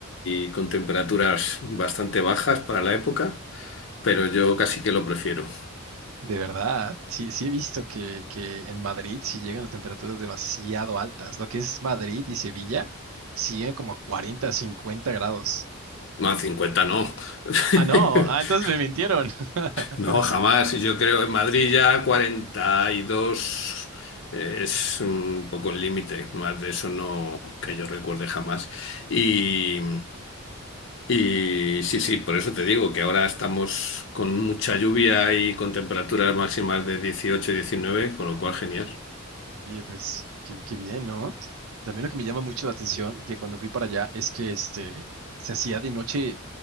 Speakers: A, on the left (about 55°); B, on the right (about 75°).
A: y con temperaturas bastante bajas para la época, pero yo casi que lo prefiero.
B: De verdad, sí, sí he visto que, que en Madrid sí llegan a temperaturas demasiado altas. Lo que es Madrid y Sevilla siguen como a 40, 50 grados.
A: No, 50 no. <laughs>
B: Ah, no, ah, entonces me mintieron. <laughs>
A: No, jamás. Yo creo en Madrid ya 42 es un poco el límite, más de eso no que yo recuerde jamás. Y. Y sí, sí, por eso te digo que ahora estamos con mucha lluvia y con temperaturas máximas de 18 y 19, con lo cual genial.
B: Oye, pues, qué, qué bien, ¿no? También lo que me llama mucho la atención, que cuando fui para allá, es que este, se hacía de noche